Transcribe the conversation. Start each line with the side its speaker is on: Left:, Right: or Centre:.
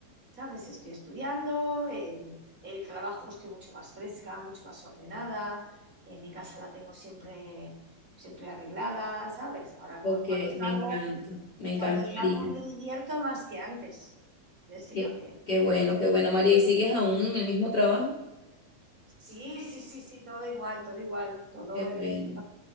Right: ¿sabes? Estoy estudiando, en el trabajo estoy mucho más fresca, mucho más ordenada, en mi casa la tengo siempre, siempre arreglada, ¿sabes? Ahora
Left: Ok,
Right: con, cuando salgo,
Left: me encanta, me encanta,
Right: cuando salgo
Left: María.
Right: me divierto más que antes. Jessica,
Left: Qué,
Right: me
Left: qué
Right: divierto
Left: bueno, qué bueno, María, ¿y sigues aún en el mismo trabajo?
Right: Sí, sí, sí, sí, todo igual, todo igual, todo
Left: Qué
Right: en
Left: bueno,
Right: el mismo